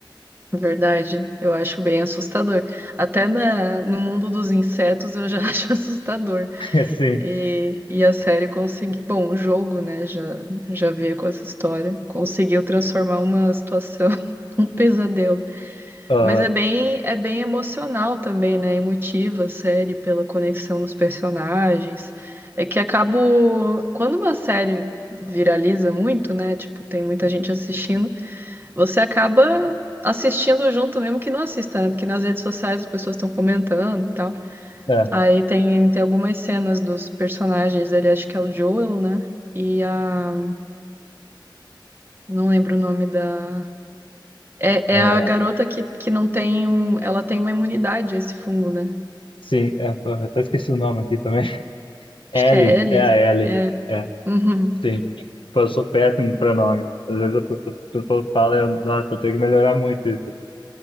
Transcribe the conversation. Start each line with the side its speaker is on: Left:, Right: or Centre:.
Right: Verdade, eu acho bem assustador. Até na, no mundo dos insetos eu já <laughs> acho assustador.
Left: <laughs> Sim.
Right: E, e a série conseguiu. Bom, o jogo, né, já, já veio com essa história. Conseguiu transformar uma situação <laughs> um pesadelo.
Left: ah,
Right: Mas é bem, é bem emocional também, né? Emotiva a série pela conexão dos personagens. É que acabo. Quando uma série viraliza muito, né? Tipo, tem muita gente assistindo você acaba assistindo junto, mesmo que não assista, né? Porque nas redes sociais as pessoas estão comentando e tal.
Left: é,
Right: Aí tem, tem algumas cenas dos personagens dele, acho que é o Joel, né? E a. Não lembro o nome da. É,
Left: é,
Right: é a garota que, que não tem um. Ela tem uma imunidade a esse fungo, né?
Left: sim, é, porra, até esqueci o nome aqui também. <laughs> L,
Right: Acho que é Ellie.
Left: é a L.
Right: É.
Left: É,
Right: Uhum.
Left: sim. Pô, eu sou péssimo pra nome. Às vezes as pessoas as pessoas falam, eu, nossa, eu tenho que melhorar muito isso.